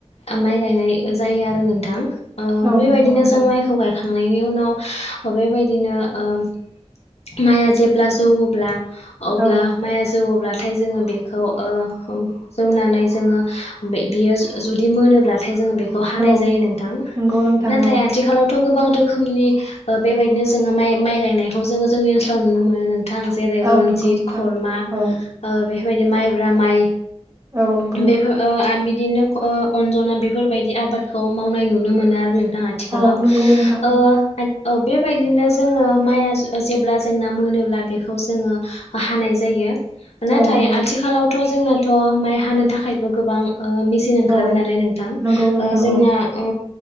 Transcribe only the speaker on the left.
माइ गायनाय जायो आरो नोंथां । ओ
बेबायदिनो
जों माइखौ गाय खांनायनि उनाव बेबायदिनो ओ माइआ जेब्ला जौवोल्बा अब्ला
माइआ जोवोल्बाथाइ जोङो बेखौ ओ जौनानै जोङो बे बियो जुदि मोनोब्लाथाय जोङो बेखौ हानाय
जायो नोंथां
नाथाय
आथिखालावथ' गोबां रोखोमनि ओ बेबायदिनो जोङो माइ माइ गायनायखौ जोङो जोंनि ओनसोलाव नुनो मोनो नों थां जेरै
रनजित,
खर्मा
ओ बेफोरबायदि माइब्रा माइ
बेफो ओ आ बिदिनो ख' अनजना बेफोरबायदि आबादखौ मावनाय नुनो मोनो आरो नों थां आथिखालाव
ओ ओ बेबायदिनो जोङो माइआ जेब्ला जोंना मोनोब्ला बेखौ जोङो हानाय जायो। नाथाय
आथिखालावथ' जोंनाथ' माइ हानो थाखायबो गोबां ओ मिसिन ओं
खारबाय नालाय नोंथां
ओ जोंना
ओ